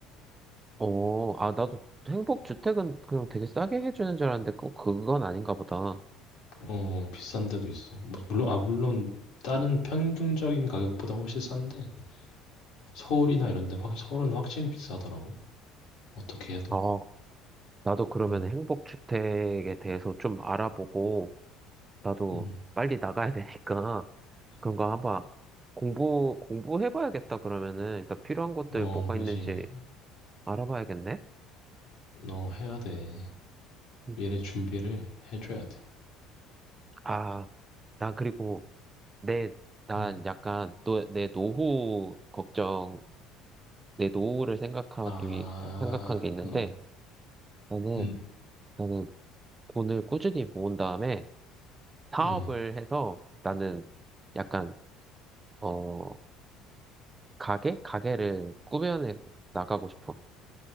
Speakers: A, on the right; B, on the left.
A: 어, 아, 나도 행복주택은 그냥 되게 싸게 해주는 줄 알았는데 꼭 그건 아닌가 보다.
B: 어, 비싼 데도 있어. 뭐, 물론 아 물론 다른 평균적인 가격보다 훨씬 싼데 서울이나 이런 데 확, 서울은 확실히 비싸더라고. 어떻게 해도.
A: 어, 나도 그러면
B: 음.
A: 행복주택에 대해서 좀 알아보고 나도
B: 음.
A: 빨리 나가야 되니까 그런 거 한번 공부, 공부해봐야겠다, 그러면은. 일단 필요한 것들
B: 어,
A: 뭐가
B: 뭐지?
A: 있는지 알아봐야겠네.
B: 너 해야 돼.
A: 음.
B: 미래 준비를 해줘야 돼.
A: 아, 나 그리고 내, 난
B: 음.
A: 약간 노, 내 노후 걱정, 내 노후를 생각하기,
B: 아,
A: 생각한 게 있는데,
B: 음,
A: 나는,
B: 음,
A: 나는 돈을 꾸준히 모은 다음에 사업을
B: 음.
A: 해서 나는 약간, 어, 가게? 가게를 꾸며내 나가고 싶어.